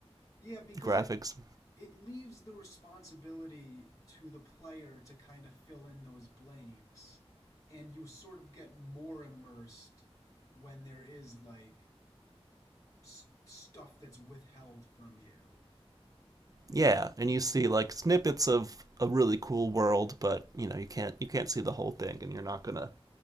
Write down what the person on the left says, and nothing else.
Yeah, because
it it leaves the responsibility to the player to kind of fill in those blanks and you sort of get more immersed when there is like s- stuff that's withheld from you